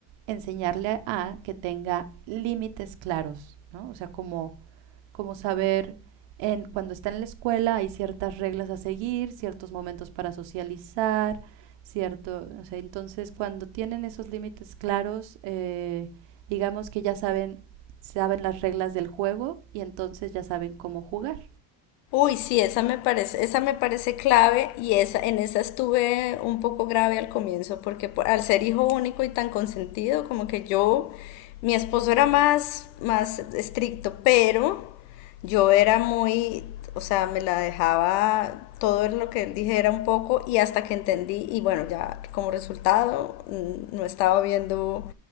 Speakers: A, on the right; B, on the left.
A: enseñarle a que tenga límites claros, ¿no? O sea, como como saber en cuando está en la escuela hay ciertas reglas a seguir, ciertos momentos para socializar, cierto, o sea, entonces cuando tienen esos límites claros, eh, digamos que ya saben saben las reglas del juego y entonces ya saben cómo jugar.
B: Uy, sí, esa me parece, esa me parece clave y esa, en esa estuve un poco grave al comienzo porque por- al ser hijo único y tan consentido, como que yo, mi esposo era más, más estricto, pero yo era muy, o sea, me la dejaba todo lo que él dijera un poco y hasta que entendí y bueno, ya como resultado mm, no estaba viendo